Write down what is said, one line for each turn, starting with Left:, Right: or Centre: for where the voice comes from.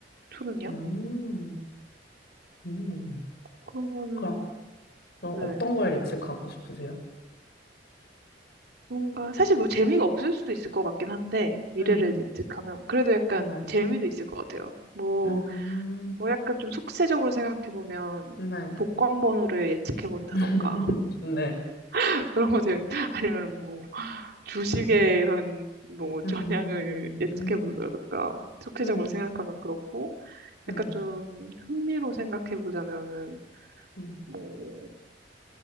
Right: 초능력?
Left: 음, 음.
Right: 그런
Left: 그럼,
Right: 거는,
Left: 그럼
Right: 네.
Left: 어떤 걸 예측하고 싶으세요?
Right: 뭔가, 사실 뭐 재미가 없을 수도 있을 것 같긴 한데, 미래를
Left: 음,
Right: 예측하면. 그래도 약간
Left: 네.
Right: 재미도 있을 것 같아요. 뭐,
Left: 음,
Right: 뭐 약간 좀 속세적으로 생각해보면,
Left: 네.
Right: 복권 번호를 예측해본다던가,
Left: <laughs> 네.
Right: <laughs> 그런 것들, 아니면 주식의
Left: 음,
Right: 이런 뭐
Left: 음,
Right: 전향을 예측해
Left: 음,
Right: 보자든가 총체적으로
Left: 음,
Right: 생각하면 그렇고
Left: 음,
Right: 약간 좀 흥미로 생각해 보자면은
Left: 음,
Right: 뭐